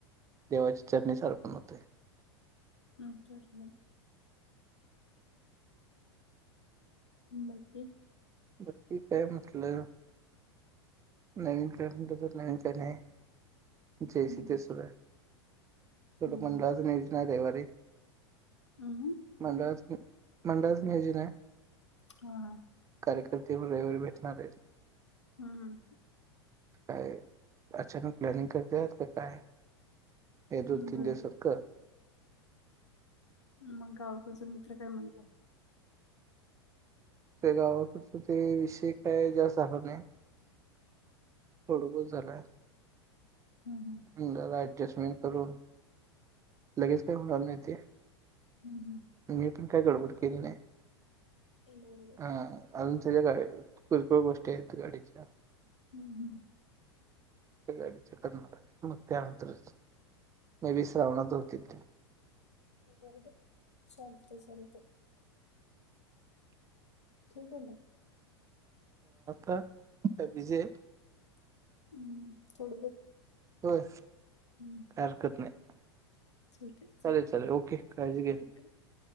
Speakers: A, on the right; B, on the left.
A: देवाच्या चरणी अर्पण होते
B: <unintelligible> <inaudible>
A: <unintelligible> <unintelligible> <unintelligible>
B: हम्म हम्म <unintelligible>
A: मंडळाच मंडळाच नियोजन आहे
B: <inaudible>
A: कार्यकर्ते रविवारी भेटणार आहेत
B: <unintelligible>
A: काय अचानक प्लॅनिंग करते आहेत का काय या दोन
B: हम्म
A: तीन
B: बरोबर
A: दिवसात कर
B: मग गावकडचा मित्र काय म्हणते
A: <unintelligible> थोडसच झाले
B: <unintelligible>
A: <unintelligible> लगेच काही होणार नाही ते
B: हम्म हम्म हम्म
A: मी पण काही गडबड केली नाही आहे <unintelligible>
B: बरोबर <unintelligible>
A: <unintelligible>
B: <unintelligible> ठीक आहे न
A: का बिझी आहे
B: <unintelligible>
A: हो काही
B: हम्म
A: हरकत नाही
B: ठीक आहे
A: चालेल चालेल ओके काळजी घ्या
B: ओके